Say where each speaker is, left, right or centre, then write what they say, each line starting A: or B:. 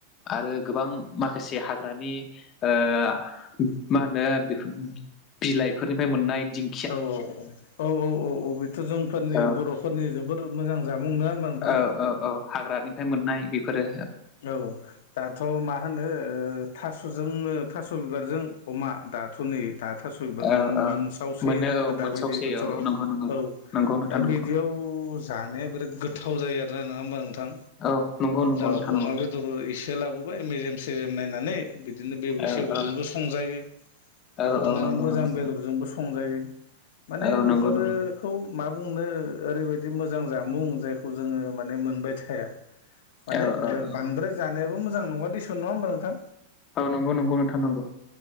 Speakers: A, on the left; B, on the left.
A: आरो गोबां माखासे हाग्रानि ओ आ मा होनो बिफोर बिलाइफोरनिफ्राय मोननाय दिं
B: औ औ औ औ औ औ औ बेथ' जोंफोरनि
A: औ
B: बर'फोरनि जोबोर मोजां जामुं नङा होम्बा नोंथां
A: औ औ औ हाग्रानिफ्राय मोननाय बेफोरो
B: औ औ। दाथ' मा होनो थास'जों थास' बिबारजों अमा दाथ' नै दाथ' थास' बिबार
A: औ
B: मोनसावसै
A: औ मोनो
B: नङा
A: औ मोनसावसै
B: दाबायदि बोथोराव
A: औ नंगौ नंगौ
B: औ
A: नंगौ नोंथां
B: दा
A: नंगौ
B: बिदियाव जानाया बिराद गोथाव जायोआरोना नङा होमबा नोंथां
A: औ नंगौ नंगौ
B: दा
A: नोंथां
B: अमा
A: नंगौ
B: बेद दर इसे लाबोबाय मेजेम सेजेम नायनानै बिदिनो बेबु
A: औ
B: सेबुजोंबो
A: औ
B: संजायो
A: औ
B: आरो
A: औ
B: अमा
A: नंगौ
B: मोजां
A: नंगौ
B: बेदरजोंबो सं जायो माने
A: औ
B: बेफोरो
A: नंगौ नंगौ
B: खौ मा बुंनो ओरैबायदि मोजां जामुं जायखौ जोङो माने मोनबाय थाया। माने
A: औ औ
B: ओ बांद्राय जानायाबो मोजां नङा दिसन नङा होमबा नोंथां?
A: औ नंगौ नंगौ नोंथां नांगौ।